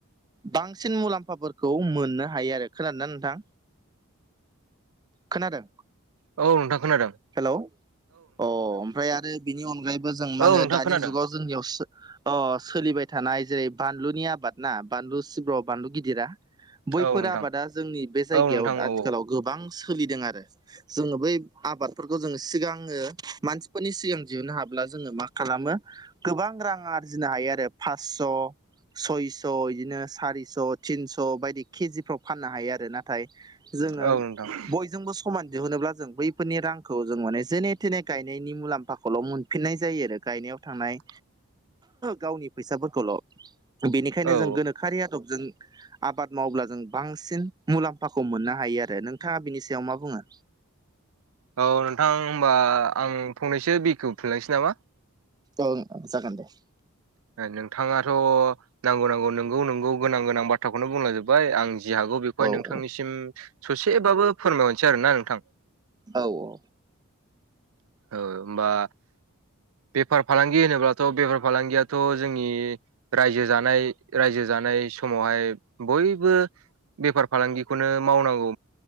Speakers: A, on the right (about 20°); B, on the right (about 75°).
A: बांसिन मुलाम्फाफोरखौ मोननो हायो आरो खोनादोंना नोंथां खोनादों?
B: औ नोंथां खोनादोंं।
A: हेलौ अ ओमफ्राय आरो बिनि अनगायैबो जों मा होनो
B: औ नोंथां
A: दानि
B: खोनादों
A: जुगाव जोंनियाव सोलिबाय थानाय जेरै बानलुनि आबाद ना बानलु सिब्र बानलु गिदिरा बैफोर
B: औ नोंथां
A: आबादा जोंनि बे जायगायाव
B: औ नोंथां
A: आथिखालाव
B: औ
A: गोबां सोलिदों आरो जोङो बै आबादफोरखौ जोङो सिगाङो मानसिफोरनि सिगां दिहुननो हाब्ला जोङो मा खालामो गोबां रां आरजिनो हायो आरो फासस' सय स' बिदिनो सारिस' थिनस' बायदि केजिफ्राव फाननो हायो आरोना। <unintelligible> जोङो
B: औ नोंथां औ
A: बयजोंबो खमान दिहुनोब्ला जों बैफोरनि रांखौ जों माने जेने थेने गायनायनि मुलाम्फाखौल' मोन फिननाय जायो आरो गायनायाव थांनाय
B: <inaudible>
A: गावनि फैसाफोरखौल' बेनिखायनो
B: औ
A: जों गोनोखोआरि आदबजों आबाद मावब्ला जों बांसिन मुलाम्फाखौ मोननो हायो आरो नोंथाङा बिनि सायाव मा बुङो?
B: औ नोंथां होमबा आं फंनैसो बिखेवफिनलांनोसै नामा।
A: ओं जागोन दे
B: नोंथाङाथ' नांगौ नांगौ नोंगौ नोंगौ गोनां गोनां बाथ्राखौनो बुंलांजोबबाय आं जि हागौ बेखौहाय
A: औ
B: नोंथांनिसिम ससेबाबो फोरमायहरनोसै आरोना नोंथां
A: औ औ
B: ओ होमबा बेफार फालांगि होनोब्लाथ' बेफार फालांगियाथ' जोंनि रायजो जानाय रायजो जानाय समावहाय बयबो बेफार फालांगिखौनो मावनांगौ